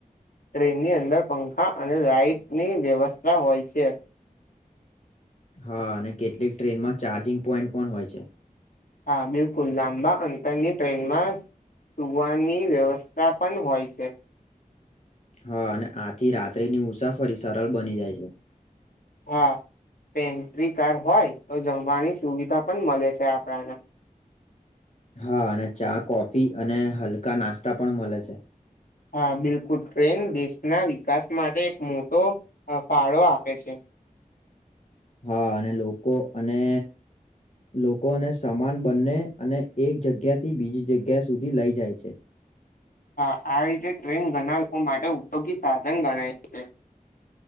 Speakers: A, on the left; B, on the left.
A: ટ્રેનની અંદર પંખા અને લાાઈટની વ્યવસ્થા હોય છે.
B: હા અને કેટલીક ટ્રેનમાં ચાર્જિંગ પોઈન્ટ પણ હોય છે.
A: હા બિલકુલ લાંબા અંતરની ટ્રેનમાં સુવાની વ્યવસ્થા પણ હોય છે.
B: હા અને આથી રાત્રિની મુસાફરી સરળ બની જાય છે.
A: હા પેન્ટ્રી કાર હોય તો જમવાની સુવિધા પણ મળે છે આપણાને
B: હા અને ચા કોફી અને હલકા નાસ્તા પણ મળે છે.
A: હા બિલકુલ ટ્રેન દેશના વિકાસ માટે એક મોટો ફાળો આપે છે‌.
B: હા અને લોકો અને લોકોને સમાન બંને અને એક જગ્યાથી બીજી જગ્યા સુધી લઈ જાય છે.
A: હા આવી રીતે ટ્રેન ઘણા લોકો માટે ઉપયોગી સાધન ગણાય છે. <inaudible>